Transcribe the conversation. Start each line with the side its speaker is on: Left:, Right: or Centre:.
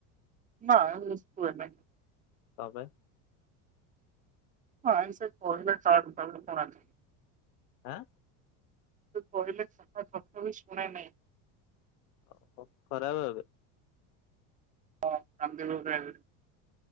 Right: ନାଁ ଏମିତି କୁହେନି।
Left: କଣ ପାଇଁ?
Right: ହଁ ସେ କହିଲେ କାହା କଥା ବି ଶୁଣେନି।
Left: ଆଁ
Right: ସେ କହିଲେ କାହା କଥା ବି ଶୁଣେନି।
Left: ଓହୋ ଖରାପ ଏବେ
Right: ହଁ ମୁଁ ଗଧିବି ଏବେ।